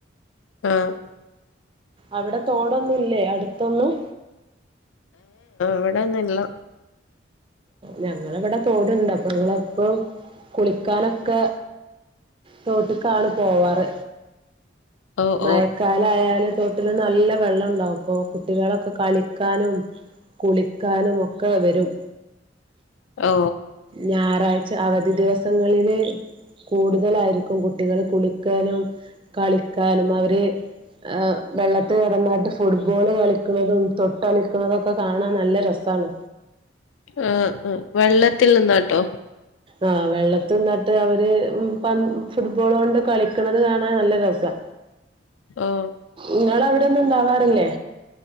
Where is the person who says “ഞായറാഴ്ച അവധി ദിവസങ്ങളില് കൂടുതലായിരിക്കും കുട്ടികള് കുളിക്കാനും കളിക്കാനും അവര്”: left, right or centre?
Right